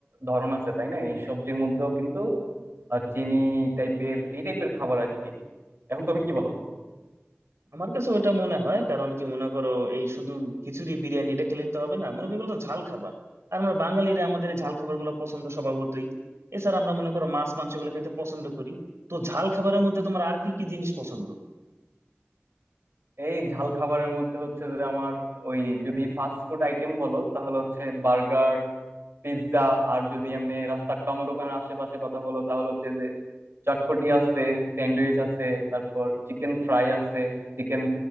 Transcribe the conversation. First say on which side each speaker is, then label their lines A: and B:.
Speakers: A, on the right (about 60°); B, on the right (about 85°).
A: ধরন আছে তাই না এই সবজির মধ্যেও কিন্তু আর চিনি টাইপের এই টাইপের খাবার আর কি এখন তুমি কি বলো
B: আমার কাছে ওটা মনে হয় কারণ কি মনে করো এই শুধু খিচুড়ি বিরিয়ানি এটা খেলে তো হবে না মনে করো এগুলো তো ঝাল খাবার আর আমরা বাঙালিরা আমাদের এই ঝাল খাবার গুলো পছন্দ স্বভাবতই এছাড়া আমরা মনে করো মাছ মাংস গুলো খেতে পছন্দ করি তো ঝাল খাবারের মধ্যে তোমার আর কি কি জিনিস পছন্দ
A: এই ঝাল খাবারের মধ্যে হচ্ছে যে আমার ওই যদি ফাস্ট ফুড আইটেম বলো তাহলে হচ্ছে বার্গার পিৎজা আর যদি এমনি রাস্তার টং দোকানের আশেপাশে কথা হলো তাহলে হচ্ছে যে চটপটি আছে স্যান্ডউইচ আছে তারপর চিকেন ফ্রাই আছে চিকেন